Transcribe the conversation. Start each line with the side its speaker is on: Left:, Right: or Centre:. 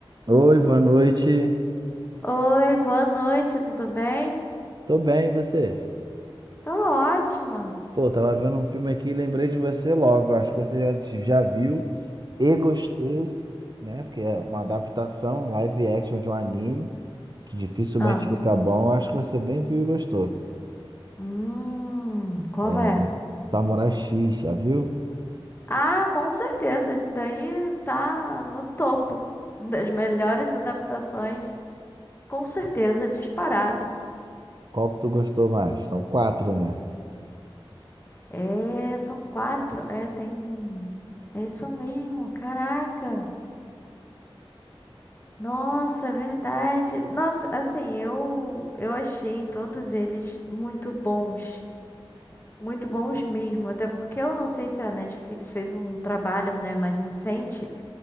Right: Oi, boa noite.
Left: Oi, boa noite, tudo bem?
Right: Tô bem, e você?
Left: Tô ótima.
Right: Pô, tava vendo um filme aqui e lembrei de você logo. Acho que você já, já viu e gostou, né? Porque é uma adaptação live action de um anime que dificilmente
Left: Ah,
Right: fica bom. Eu acho que você bem viu e gostou.
Left: hum, qual
Right: É
Left: é?
Right: Samurai X, já viu?
Left: Ah, com certeza, esse daí tá no topo das melhores adaptações. Com certeza, disparado.
Right: Qual que tu gostou mais? São quatro, né?
Left: É, são quatro. É, tem. É isso mesmo, caraca. Nossa, é verdade. Nossa, assim, eu eu achei todos eles muito bons. Muito bons mesmo, até porque eu não sei se a Netflix fez um trabalho, né, mais recente,